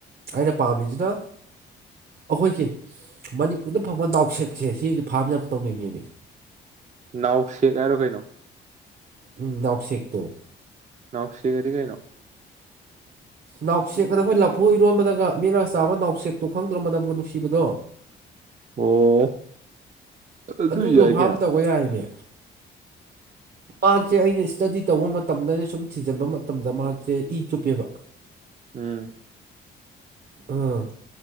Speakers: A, on the right; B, on the right.
A: ꯑꯩꯅ ꯄꯥꯝꯃꯤꯖꯤꯅ ꯑꯩꯈꯣꯏꯒꯤ ꯃꯅꯤꯄꯨꯔꯗ ꯐꯪꯕ ꯅꯥꯎꯁꯦꯛꯁꯦ ꯁꯤꯒꯤ ꯐꯥꯝ ꯌꯥꯝ ꯇꯧꯅꯤꯡꯉꯤꯃꯦ
B: ꯅꯥꯎꯁꯦꯛ ꯍꯥꯏꯔꯣ ꯀꯩꯅꯣ
A: ꯎꯝ ꯅꯥꯎꯁꯦꯛ ꯇꯣ
B: ꯅꯥꯎꯁꯦꯛ ꯑꯗꯤ ꯀꯩꯅꯣ
A: ꯅꯥꯎꯁꯦꯛ ꯑꯅ ꯑꯩꯈꯣꯏ ꯂꯐꯨ ꯏꯔꯣꯟꯕꯗꯒ ꯃꯤꯠꯂꯒ ꯆꯥꯕ ꯅꯥꯎꯁꯦꯛꯇꯣ ꯈꯪꯗ꯭ꯔꯣ ꯃꯅꯝꯒ ꯅꯨꯡꯁꯤꯕꯗꯣ
B: ꯑꯣ ꯑꯗꯨ
A: ꯑꯗꯨꯗꯣ
B: ꯌꯥꯏ
A: ꯐꯥꯝ
B: ꯀꯩꯅꯣ
A: ꯇꯧꯕ ꯌꯥꯏꯌꯦꯃꯤ
B: <inaudible>
A: ꯃꯥꯁꯦ ꯑꯩꯅ ꯏꯁꯇꯗꯤ ꯇꯧꯕ ꯃꯇꯝꯗ ꯑꯩꯅ ꯁꯨꯝ ꯊꯤꯖꯤꯟꯕ ꯃꯇꯝꯗ ꯃꯥꯁꯦ ꯏ ꯆꯨꯞꯄꯦꯕ
B: ꯎꯝ
A: ꯑ